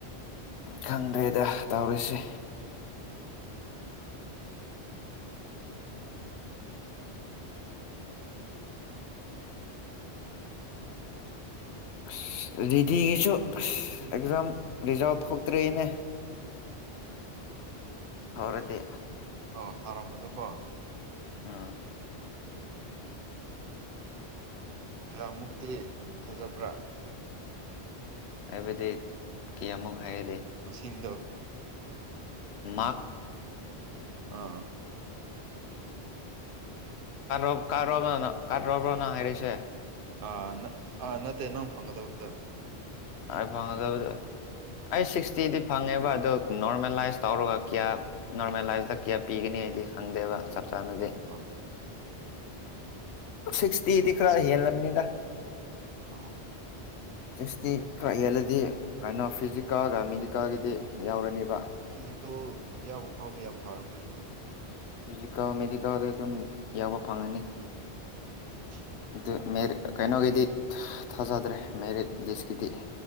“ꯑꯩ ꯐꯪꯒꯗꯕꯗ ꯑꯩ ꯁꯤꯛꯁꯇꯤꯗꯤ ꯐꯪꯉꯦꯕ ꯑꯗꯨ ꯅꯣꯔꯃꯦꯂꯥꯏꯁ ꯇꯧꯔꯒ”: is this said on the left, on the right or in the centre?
Left